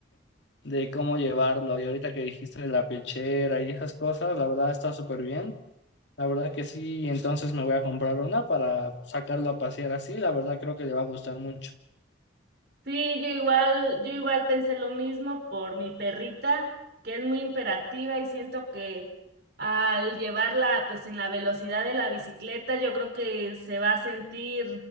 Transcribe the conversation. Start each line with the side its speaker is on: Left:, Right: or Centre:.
Left: de cómo llevarlo. Y ahorita que dijiste de la pechera y esas cosas, la verdad está súper bien. La verdad que sí, entonces me voy a comprar una para sacarlo a pasear así. La verdad creo que le va a gustar mucho.
Right: Sí, yo igual, yo igual pensé lo mismo por mi perrita, que es muy hiperactiva y siento que al llevarla pues en la velocidad de la bicicleta, yo creo que se va a sentir